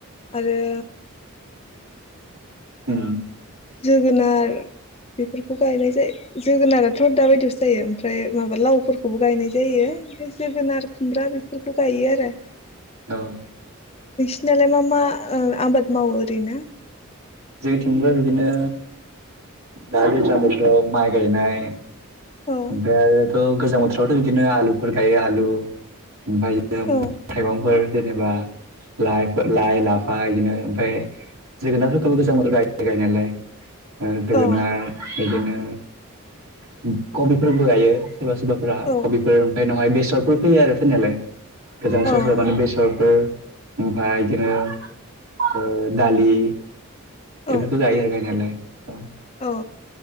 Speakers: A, on the left; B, on the right.
A: आरो
B: उम।
A: जोगोनार बेफोरखौ गायनाय जायो जोगोनाराथ' दाबायदियावसो जायो ओमफ्राय माबा लावफोरखौबो गायनाय जायो ओमफ्राय जोगोनार खुमब्रा बे फोरखौ गायो आरो।
B: औ।
A: सिनालाय मा मा ओ आबाद मावो ओरैनो?
B: जोंनिथिंबो बिदिनो दा दैज्लां बोथोराव माइ गायनाय
A: औ
B: ओमफ्राय आरोथ' गोजां बोथोरावथ' बिदिनो आलुफोर गायो आलु ओमफाय <unintelligible> मैगं
A: औ
B: थाइगंफोर। जेनेबा लाइफो लाइ, लाफा इदिनो ओमफाय जोगोनारफोरखौबो गोजां बोथोराव गायो गायनायालाय। ओ जोगोनार
A: औ
B: बिदिनो <unintelligible> कबिफोरबो गायो। सोरबा सोरबाफोरा
A: औ
B: कबिफोर ओमफाय उनावहाय बेस सरफोर फोयो आरो फोनायालाय। गोजां सोरबा
A: औ
B: सोरबा माने बेसरफोर। ओमफाय इदिनो ओ दालि बेफोरखो
A: औ
B: गायो आरो गायनायालाय औ।
A: औ।